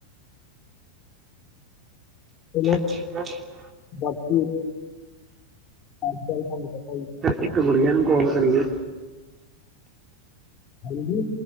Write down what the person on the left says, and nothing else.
ਚਲੋ।
ਬਾਕੀ ਅੱਜ ਥੋਨੂੰ ਪਤਾ ਈ ਐ।
ਹਾਂਜੀ?